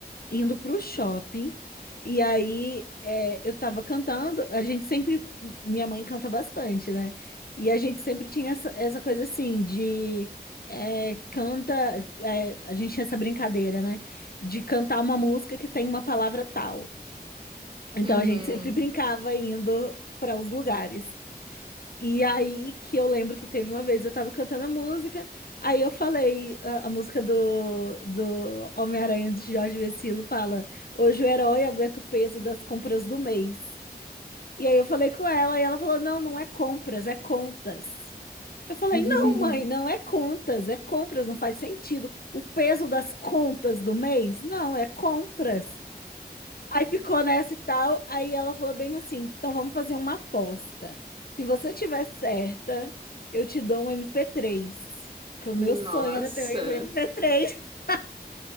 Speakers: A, on the left; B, on the right.
A: indo pro shopping. E aí é, eu tava cantando, a gente sempre, minha mãe canta bastante, né? E a gente sempre tinha essa, essa coisa assim de é, canta, é, a gente tinha essa brincadeira, né? De cantar uma música que tem uma palavra tal. Então
B: Uhum.
A: a gente sempre brincava indo para os lugares. E aí que eu lembro que teve uma vez, eu tava cantando a música, aí eu falei a, a música do, do Homem-Aranha de Jorge Vecilo, fala: Hoje o herói aguenta o peso das compras do mês. E aí eu falei com ela, e ela falou: Não, não é compras, é contas. Eu falei:
B: <laughs>
A: Não, mãe, não é contas, é compras, não faz sentido. O peso das contas do mês? Não, é compras. Aí ficou nessa e tal. Aí ela falou bem assim: então vamos fazer uma aposta. Se você tiver certa, eu te dou um mp três. Que o meu
B: Nossa.
A: sonho era ter um mp três. <laughs>